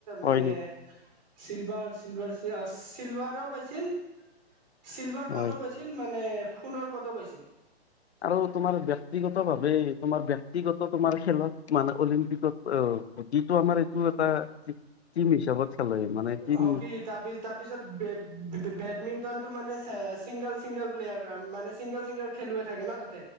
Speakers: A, on the right (about 40°); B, on the left (about 80°).
A: মানে
B: হয় নেকি
A: চিলভাৰ চিলভাৰ অ' চিলভাৰো পাইছিল চিলভাৰ
B: হয়
A: পদো পাইছিল। মানে সোণৰ পদো পাইছিল।
B: আৰু তোমাৰ ব্যক্তিগতভাৱে তোমাৰ ব্যক্তিগত তোমাৰ খেলত মানে অলিম্পিকত অ' যিটো আমাৰ এইটো এটা টিম হিচাপত খেলে মানে টিম
A: হকী তাৰ তাৰ পিছত বেডমিন্টনটো মানে চিংগল চিংগল প্লেয়াৰ মানে চিংগল চিংগল খেলুৱৈ থাকে ন তাত।